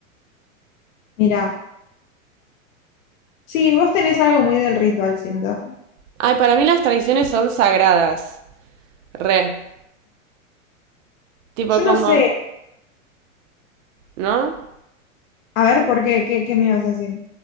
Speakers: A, on the left; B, on the right.
A: mira, sí, vos tenés algo muy del ritual, siento.
B: Ay, para mí las tradiciones son sagradas. Re. Tipo
A: Yo no
B: como,
A: sé,
B: ¿no?
A: a ver, ¿por qué? ¿Qué, qué me ibas a decir?